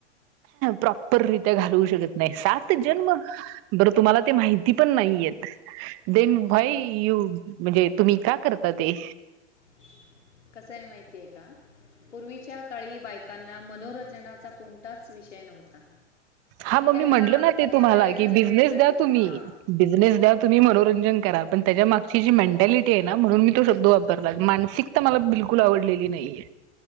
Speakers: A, on the right; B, on the left.
A: प्रॉपररित्या घालवू शकत नाही, सात जन्म! बरं, तुम्हाला ते माहिती पण नाही येत. देन व्हाय
B: हं.
A: यू म्हणजे, तुम्ही का करता ते?
B: ह <unintelligible> कसय माहितीय का? पूर्वीच्या काळी बायकांना मनोरंजनाचा कोण ताच विषय नव्हता.
A: हा मग
B: त्यांना
A: मी म्हटल ना
B: त्यांचा
A: ते तुम्हाला,
B: वेळ घालवण्यासाठी
A: की बिझनेस द्या तुम्ही,
B: हां
A: बिझनेस
B: हम्म,
A: द्या तुम्ही, मनोरंजन करा. पण त्याच्या मागची जी मेंटॅलिटीये ना म्हणून मी तो शब्द वापरला, मानसिक ता मला बिलकुल आवडलेली नाहीयेय,